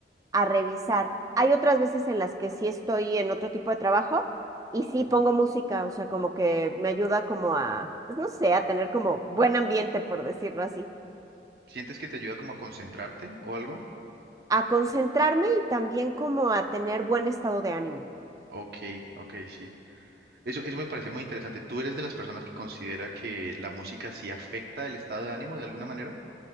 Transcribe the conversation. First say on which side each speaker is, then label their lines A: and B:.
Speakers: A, on the right; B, on the right.
A: a revisar. Hay otras veces en las que sí estoy en otro tipo de trabajo y sí
B: ujú.
A: pongo música, o sea, como que me ayuda como a, pues no sé, a tener como buen ambiente, por decirlo así,
B: ¿Sientes que te ayuda como a concentrarte o algo?
A: a concentrarme y también como a tener buen estado de ánimo.
B: Ok, ok, sí. Eso, eso me parece muy interesante. ¿Tú eres de las personas que considera que la música sí afecta el estado de ánimo de alguna manera?